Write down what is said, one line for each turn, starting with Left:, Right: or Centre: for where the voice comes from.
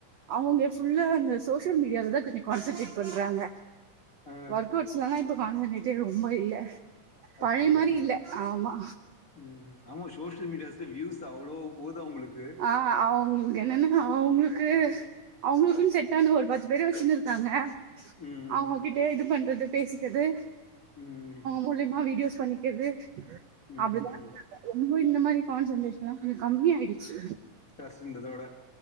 Right: அவவங்க ஃபுல்லா அந்த சோசியல் மீடியாலதா கொஞ்சோ கான்சன்ட்ரேட் பண்றாங்க
Left: ஆ
Right: ஒர்க் அவுட்ஸ்லலா இப்ப கான்சென்ட்ரேட்டே ரொம்ப இல்ல பழைய
Left: அப்டியா
Right: மாரி இல்ல ஆமா
Left: ம் ஆமா சோசியல் மீடியாஸ்ல வ்யூஸ் அவ்ளோ போது அவங்களுக்கு
Right: ஆ அவங்குளுக்கு என்னன்னா அவங்குளுக்கு அவங்களுக்குன் செட்டான ஒரு பத்து பேர வச்சுனுருக்காங்க
Left: ம்
Right: அவங்ககிட்ட
Left: ம்
Right: இது பண்றது பேசிக்கது
Left: ம்
Right: மூலியமா வீடியோஸ் பண்ணிக்கிறது
Left: ம்
Right: அப்டி
Left: ம்
Right: தா <unintelligible>
Left: ம்
Right: ரொம்ப இந்த மாரி கான்சென்ட்ரேஷன்ல்லா கொஞ்சோ கம்மி ஆய்டுச்சு
Left: ஃபஸ்ட் இருந்ததோட